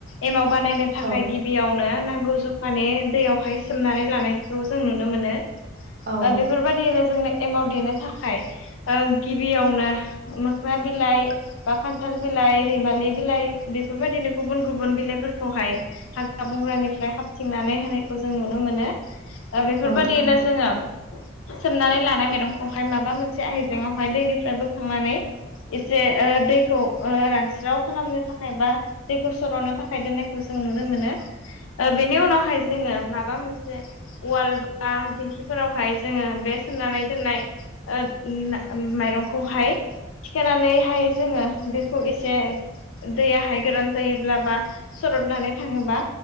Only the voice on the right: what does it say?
औ
औ
औ
औ